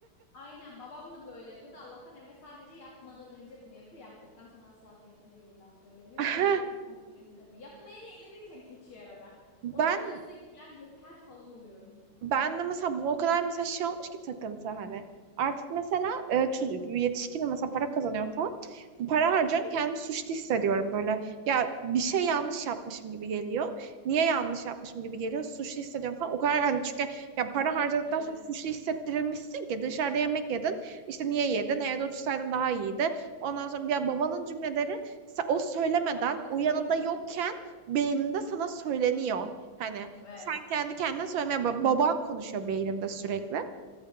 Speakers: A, on the left; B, on the right.
A: Aynen babam da böyle yapıyordu. Allah'tan Emre sadece yapmadan önce bunu yapıyor. Yaptıktan sonra asla fiyatıyla ilgili laf söylemiyor
B: <laughs>
A: ki yaptıktan sonra hevesini kaçmıyor. Yapmaya niyetlenirken kaçıyor arada.
B: Ben
A: Onda da ben sürekli ya yeter falan oluyorum.
B: Ben de mesela bu o kadar mesela şey olmuş ki takıntı hani. Artık mesela e, çocuk- yetişkinim mesela para kazanıyorum falan. Para harcıyorum kendimi suçlu hissediyorum böyle. Ya bir şey yanlış yapmışım gibi geliyor. Niye yanlış yapmışım gibi geliyor. Suçlu hissediyorum falan. O kadar hani çünkü ya para harcadıktan
A: Evet.
B: sonra suçlu hissettirilmişsin ki dışarıda yemek yedin. İşte niye yedin? Evde otursaydın daha iyiydi. Ondan sonra ya babanın cümleleri se- o söylemeden
A: Kafanda
B: o
A: şey
B: yanında
A: yapıyor.
B: yokken beyninde sana söyleniyor. Hani
A: Evet.
B: sen kendi kendine söylemeye bak. Baban konuşuyor beyninde sürekli.